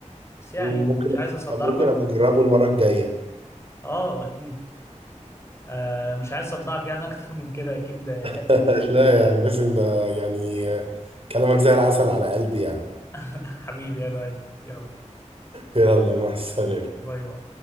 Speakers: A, on the left; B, on the right.
A: بس يعني
B: ممكن
A: مش عايز اصدعك
B: ممكن
A: اكتر
B: ابقى اجربه
A: من كده
B: المره الجايه
A: اه اكيد آه مش عايز اصدعك يعني اكتر من كده اكيد اكلت
B: <laughs>
A: دماغي.
B: لا يا باسم ده يعني كلامك زي العسل على قلبي يعني
A: <laughs> حبيبي يا لؤي يلا
B: يلا مع السلامة
A: باي باي